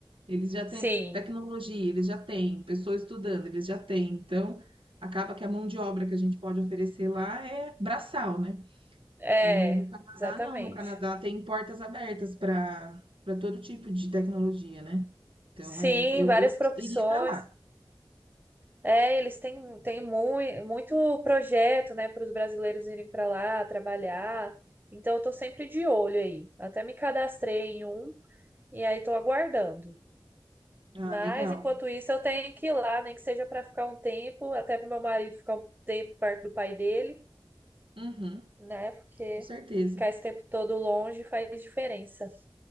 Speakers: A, on the right; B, on the right.
A: Eles já têm
B: Sim.
A: tecnologia, eles já têm pessoas estudando, eles já têm. Então, acaba que a mão de obra que a gente pode oferecer lá é braçal, né?
B: É,
A: E no Canadá,
B: exatamente.
A: não. No Canadá tem portas abertas para para todo tipo de tecnologia, né? Então,
B: Sim,
A: é, eu,
B: várias
A: eu
B: profissões.
A: iria para lá.
B: É, eles têm, têm mui- muito projeto, né, para os brasileiros irem para lá trabalhar. Então, eu tô sempre de olho aí. Até me cadastrei em um e aí tô aguardando.
A: Ah,
B: Mas,
A: legal.
B: enquanto isso, eu tenho que ir lá, nem que seja para ficar um tempo, até para meu marido ficar um tempo perto do pai dele,
A: Uhum,
B: né? Porque
A: com certeza.
B: ficar esse tempo todo longe faz diferença.